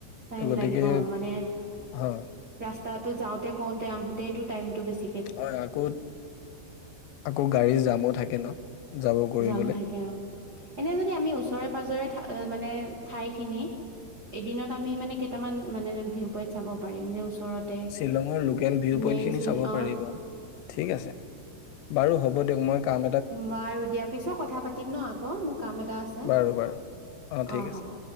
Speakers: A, on the right (about 65°); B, on the left (about 80°).
A: টাইম
B: ত গতিকে
A: লাগিব মানে,
B: হয়
A: ৰাচ তাতো যাওঁতে, কওঁতে, আহোতেইটো টাইমটো বেছি
B: হয় আকৌ- আকৌ গাড়ীৰ জামো থাকে ন। যাব কৰিবলে
A: যাম থাকে অ', এনে যদি আমি ওচৰে পাজৰে ঠা মানে ঠাই খিনি, এদিনত আমি মানে কেইটামান মানে ভিউ পইন্ট চাব পাৰিম যে ওচৰতে
B: শ্বিলঙৰ লোকেল ভিউ
A: মেইন
B: পইণ্টখিনি
A: চিল
B: চাব
A: অ
B: পাৰি বাৰু, ঠিক আছে, পাৰো হব দিয়ক মই কা
A: ব আৰু দিয়া পিছত কথা পাতিম ন আকৌ মোৰ কাম এটা আছে,
B: বাৰু বাৰু ঠিক
A: অ
B: আছে
A: হ'ব।